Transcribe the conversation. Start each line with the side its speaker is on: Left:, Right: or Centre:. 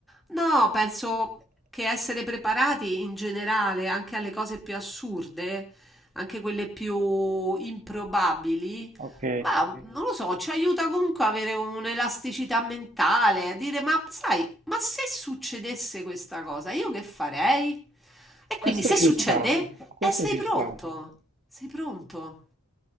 Centre: no, penso che essere preparati in generale anche alle cose più assurde, anche quelle più improbabili,
Right: Ok,
Centre: ma non lo so, ci aiuta comunque a avere un'elasticità mentale, a dire, ma sai, ma se succedesse questa cosa, io che farei? E quindi
Right: questo
Centre: se
Right: ci
Centre: succede,
Right: sta, questo
Centre: <laughs> eh, sei
Right: ci
Centre: pronto,
Right: sta,
Centre: sei pronto.